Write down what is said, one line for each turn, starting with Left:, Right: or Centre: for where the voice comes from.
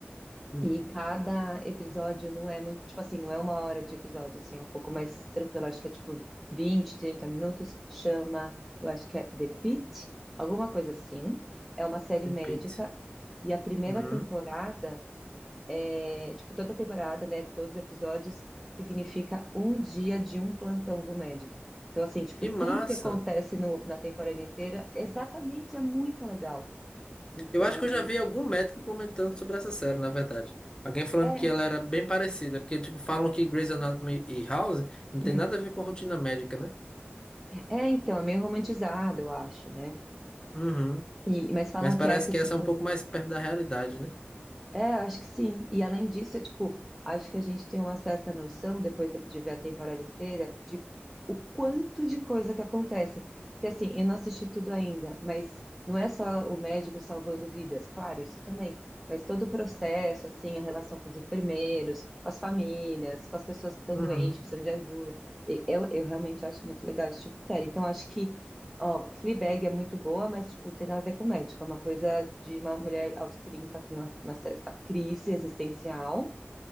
Left: Uhum.
Centre: E cada episódio não é muito, tipo assim, não é uma hora de episódio, assim, é um pouco mais tranquilo. Acho que é tipo 20 30 minutos. Chama, eu acho que é The Pitt, alguma coisa assim. É uma série
Left: Repito.
Centre: médica. E a primeira
Left: Uhum.
Centre: temporada é, tipo, toda temporada, né? Todos os episódios significa um dia de um plantão do médico. Então, assim, tipo,
Left: Que
Centre: tudo
Left: massa!
Centre: que acontece no- na temporada inteira, exatamente, é muito legal. Então,
Left: Eu acho que eu já vi algum médico comentando sobre essa série, na verdade. Alguém falando
Centre: é.
Left: que ela era bem parecida, porque, tipo, falam que Grey's Anatomy e House não
Centre: hum.
Left: tem nada a ver com rotina médica, né?
Centre: É, então, é meio romantizado, eu acho, né?
Left: Uhum.
Centre: E, mas falam
Left: Mas parece
Centre: que essa,
Left: que
Centre: tipo,
Left: essa é um pouco mais perto da realidade, né?
Centre: é, eu acho que sim. E além disso, é, tipo, acho que a gente tem uma certa noção, depois de ver a temporada inteira, de o quanto de coisa que acontece. Porque, assim, eu não assisti tudo ainda, mas não é só o médico salvando vidas, claro, isso também. Mas todo o processo, assim, a relação com os enfermeiros, com as famílias, com as pessoas que estão
Left: Uhum.
Centre: doentes, precisando de ajuda. E- Eu, eu realmente acho muito legal esse tipo de série. Então, acho que. Ó, Fleabag é muito boa, mas, tipo, tem nada a ver com médico. É uma coisa de uma mulher aos 30 com uma, uma certa crise existencial.